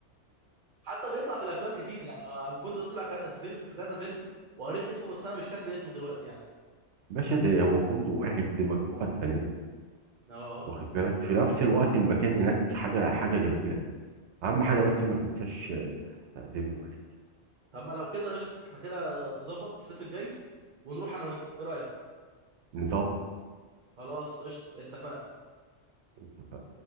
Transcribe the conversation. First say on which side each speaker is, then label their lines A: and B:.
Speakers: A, on the right (about 45°); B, on the right (about 75°).
A: حتى بيطلع في الافلام كتير يعني الفندق ده طلع ك- في فيلم في كذا فيلم وقريت اسمه بس انا مش فاكر اسمه دلوقتي يعني
B: باشا ده هو فندق واحد دي مجموعه فنادق
A: اه
B: واخد بالك في نفس الوقت المكان هناك حاجه حاجه جميله اهم حاجه بس ما تنساش آه، تعزمني معاك
A: طب ما لو كده قشطه احنا كده نظبط الصيف الجاي ونروح انا وانت ايه رايك
B: نظبط
A: خلاص قشطه اتفقنا
B: اتفقنا